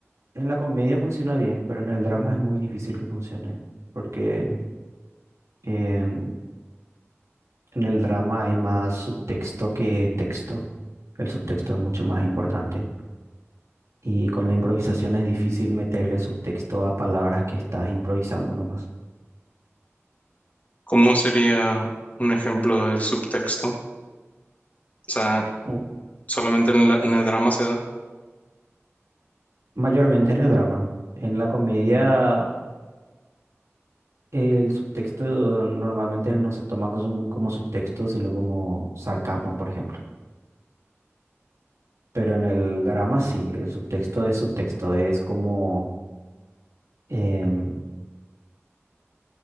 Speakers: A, on the right (about 90°); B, on the left (about 30°).
A: en la comedia funciona bien, pero en el drama es muy difícil que funcione, porque en, en el drama hay más subtexto que texto. El subtexto es mucho más importante. Y con la improvisación es difícil meterle subtexto a palabras que estás improvisando nomás.
B: cómo sería un ejemplo del subtexto? O sea,
A: O-
B: Solamente en, la- en el drama se da.
A: Mayormente en el drama. En la comedia El subtexto normalmente no se toma como, como subtexto, sino como sarcasmo, por ejemplo. Pero en el drama sí, el subtexto es subtexto, es como, em,